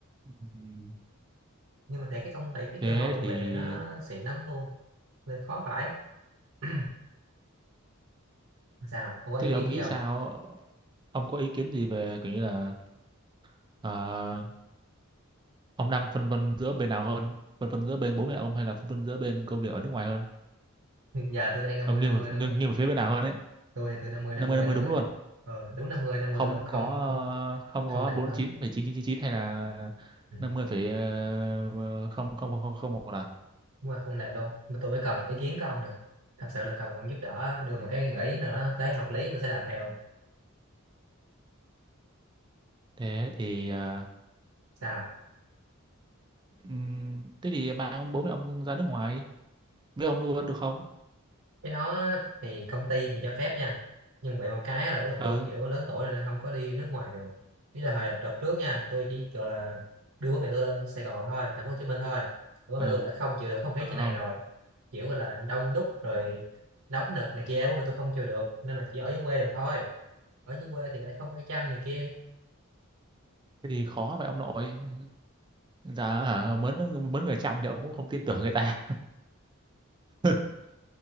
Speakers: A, on the right; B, on the right.
A: Ừ.
B: nhưng mà thấy cái công ty cái
A: thế
B: cơ hội công
A: thì
B: việc này nó xịn lắm luôn nên khó phải <clears throat> sao không có ý
A: thế thì
B: kiến
A: ông nghĩ
B: gì không
A: sao ông có ý kiến gì về kiểu như là ờ, ông đang phân vân giữa bên nào hơn phân vân giữa bên bố mẹ ông hay là phân vân giữa bên công việc ở nước ngoài hơn
B: <laughs> giờ tôi đang năm
A: ông
B: mươi năm
A: nghiêng
B: mươi
A: về nghiêng,
B: luôn á
A: nghiêng về phía bên nào hơn ấy
B: tôi thì tôi năm mươi năm
A: năm
B: mươi
A: mươi năm mươi
B: luôn
A: đúng
B: ấy
A: luôn
B: ờ đúng năm mươi năm mươi
A: không
B: luôn không
A: có
B: không
A: ờ, không
B: không
A: có
B: lệch
A: bốn
B: luôn
A: mươi chín phẩy chín chín chín phẩy chín hay là
B: ừ.
A: 50 phẩy ờ, không không không không không một là
B: đúng là không lệch luôn nên tôi mới cần ý kiến của ông nè thật sự là cần ông giúp đỡ đưa một cái gợi ý nữa tới hợp lý tôi sẽ làm theo
A: thế thì ờ,
B: sao
A: ừm, thế thì mang ông bố mẹ ông ra nước ngoài với ông luôn được không
B: cái đó thì công ty thì cho phép nha nhưng vậy một cái là bố mẹ
A: ờ
B: tôi kiểu lớn tuổi rồi nên không có đi nước ngoài được ý là hồi đợt trước nha tôi chỉ gọi là đưa bố mẹ tôi lên Sài Gòn thôi thành phố Hồ Chí Minh thôi bố
A: ờ
B: mẹ tôi đã không chịu được không khí
A: ờ
B: trên này
A: không
B: rồi kiểu gọi là đông đúc rồi nóng nực này kia bố mẹ tôi không chịu được nên là chỉ ở dưới quê được thôi ở dưới quê thì lại không ai chăm này kia
A: thế thì khó vậy ông nội dạ hả mướn mướn người chăm thì ông cũng không tin tưởng người ta <laughs>